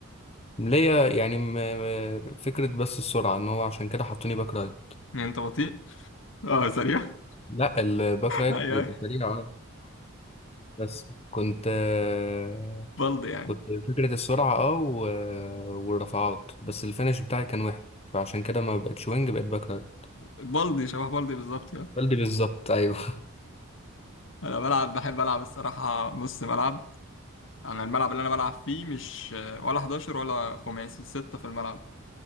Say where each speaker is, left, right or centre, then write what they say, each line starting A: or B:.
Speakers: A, on the left; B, on the left.
A: ليا يعني م- م- فكرة بس السرعة ان هو عشان كده حطوني باك رايت
B: انت بطيء؟ اه سريع؟ <laughs>
A: لا الباك رايت
B: ايوه
A: بيبقى
B: <laughs> ايوه
A: سريع اه بس كنت آه،
B: بلدي يعني
A: كنت فكرة السرعة اه و- والرفعات بس الفينش بتاعي كان وحش فعشان كده ما بقتش وينج بقيت باك رايت
B: بلدي شبه بلدي بالظبط يعني
A: بلدي بالظبط ايوه <laughs>
B: انا بلعب بحب العب الصراحه نص ملعب انا الملعب اللي انا بلعب فيه مش ولا 11 ولا خماسي ستة في الملعب